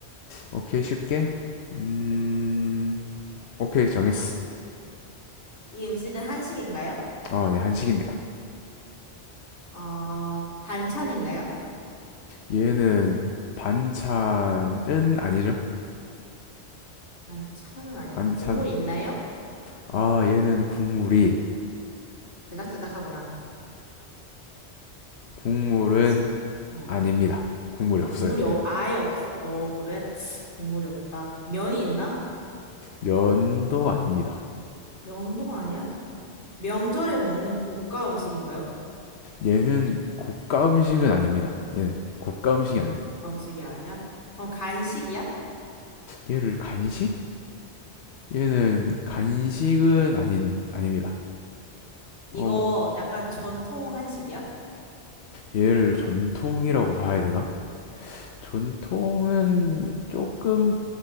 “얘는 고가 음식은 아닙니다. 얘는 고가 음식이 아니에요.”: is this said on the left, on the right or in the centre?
Left